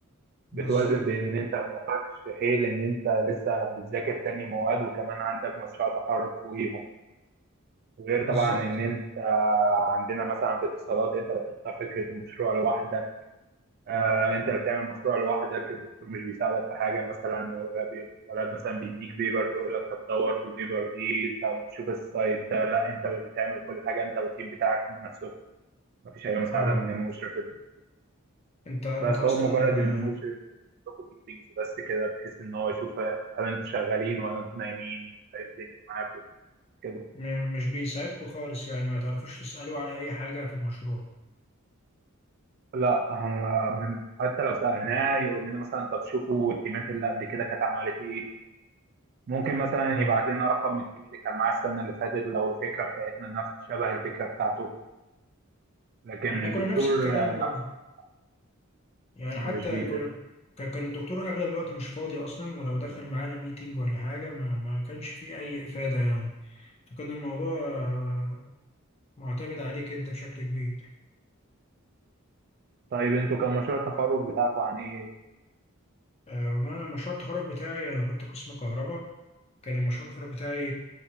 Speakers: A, on the left; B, on the right.
A: بالظبط
B: فبتوازن بين إن أنت معكش حيل إن أنت لسه بتذاكر تاني مواد وكمان عندك مشروع تخرج فوقيهم غير
A: بالظبط
B: طبعا إن أنت عندنا مثلا في اتصالات أنت اللي بتختار فكرة المشروع لوحدك آه انت اللي بتعمل مشروع لوحدك الدكتور مش بيساعدك في حاجه مثلا ولا بي... ولا مثلا بيديك بيبر تقول لك طب دور في البيبر دي طب شوف السايت ده لا انت اللي بتعمل كل حاجه انت والتيم بتاعك بنفسكم مفيش اي مساعده
A: اه
B: من المشرف الدكتور
A: انت انت
B: بس
A: اصلا
B: هو مجرد
A: آه،
B: ان المشرف بيديكوا ميتنجز بس كده بحيث ان هو يشوف هل انتوا شغالين ولا انتوا نايمين ولا ايه الدنيا معاكم كده
A: م- مش بيساعدكوا خالص يعني ما تعرفوش تسألوا على اي حاجة في المشروع
B: لا هم من حتى لو سالناه يقول لنا مثلا طب شوفوا التيمات اللي قبل كده كانت عملت ايه ممكن مثلا
A: اه
B: يبعت لنا رقم من التيم اللي كان معاه السنة اللي فاتت لو الفكرة بتاعتنا نفس شبه الفكرة بتاعته لكن
A: احنا
B: الدكتور
A: كنا نفس الكلام
B: آه، نفسه
A: برضه يعني
B: مش
A: حتى
B: بيفيد
A: كل- ك- كان الدكتور أغلب الوقت مش فاضي أصلا ولو دخل معانا ميتينج ولا حاجة ما, ما كانش فيه أي إفادة يعني فكان الموضوع آه، معتمد عليك أنت بشكل كبير
B: طيب انتوا كان مشروع التخرج بتاعكم عن ايه؟
A: آه، والله أنا مشروع التخرج بتاعي أنا كنت قسم كهرباء كان مشروع التخرج بتاعي